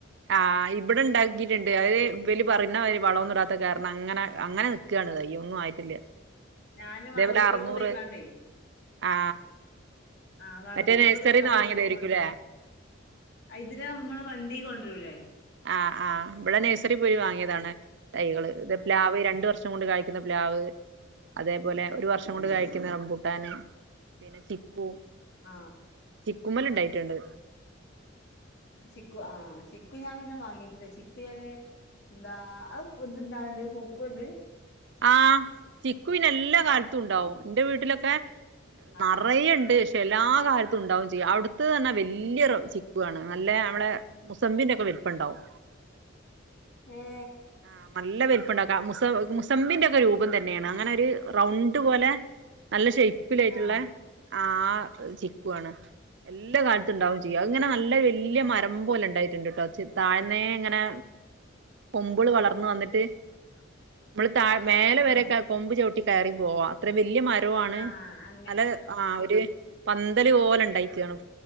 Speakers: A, on the right (about 60°); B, on the left (about 55°).
A: ആ ഇവിടെ ഉണ്ടാക്കിട്ടുണ്ട് അത് വലു- പറയുന്ന മാതിരി വളമൊന്നും ഇടാത്ത കാരണം അങ്ങനെ അങ്ങനെ നിൽക്കാണ് തയ്യൊന്നും ആയിട്ടില്ല
B: ഞാനും
A: ഇതേപോലെ
B: അസ്ഥയോട്
A: അറുന്നൂറ്
B: പോയിക്കാണ്ടേ
A: ആ
B: ആ വള
A: മറ്റേ
B: സ്റ്റോർ
A: നഴ്സറിന്ന്
B: പോയിക്കാണ്ട്മായി
A: വാങ്ങിയതായിരിക്കുംല്ലേ
B: കൊണ്ട അതിര നമ്മള് വണ്ടി കൊണ്ടുവരുൂല്ലേ
A: ആ ആ ഇവിടെ നഴ്സറി പോയി വാങ്ങിയതാണ് തൈകള് ഇത്
B: ആ
A: പ്ലാവ് രണ്ട് ഒരു വർഷം കൊണ്ട് കായ്ക്കുന്ന പ്ലാവ് അതേപോലെ ഒരു വർഷം കൊണ്ട് കായ്ക്കുന്ന റംമ്പൂട്ടൻ പിന്നെ ചിക്കു
B: ആ
A: ചിക്കുമ്മല് ഉണ്ടായിട്ടുണ്ട്
B: ചി- ചിക്കു ആ ചിക്കു ഞാൻ പിന്നെ വാങ്ങീട്ടില്ല ചിക്കു എന്താ ഇത് ഇണ്ടണ്ട് പൊ <inaudible> ക്കണ്ട്
A: ആഹ ചിക്കുവിനെല്ല കാലത്തുണ്ടാവും
B: ഏ
A: എന്റെ വീട്ടിലൊക്കെ
B: ആ
A: നെറയുണ്ട് എല്ലാ കാലത്തും ഉണ്ടാവും ചെയ്യും അവിടുത്തെന് വലിയ ചിക്കുവാണ് നല്ല നമ്മളുടെ മുസമ്പിന്റെ ഒക്കെ വലുപ്പം ഉണ്ടാവും
B: ഏ
A: ആ നല്ല വലിപ്പുണ്ടാക്കും മുസ- മുസംബി മസമ്പിന്റെ ഒക്കെ രൂപം തന്നെയാണ് അങ്ങനെ ഒരു റൗണ്ട് പോലെ നല്ല ഷെയ്പ്പിലായിട്ടുള്ള
B: ആ
A: ആ ചിക്കുവാണ് എല്ലാ കാലത്തും ഉണ്ടാവും ചെയ്യും ഇങ്ങനെ നല്ല വല്യേ മരം പോലെ ഇണ്ടായിട്ടുണ്ട് ട്ടോ അ താഴ്ന്നേ ഇങ്ങനെ കൊമ്പിള് വളർന്ന് വന്നിട്ട് നമ്മള് താ
B: ആ
A: മേലെ
B: ആ
A: വരെ
B: ആ
A: ഒക്കെ കൊമ്പു ചവിട്ട- കയറി പോക അത്ര വ ല്യ മരാണ്
B: ആ അങ്ങനെ
A: നല്ല ആ ഒര് പന്തല് ഓലെ ഉണ്ടായിക്കാണും.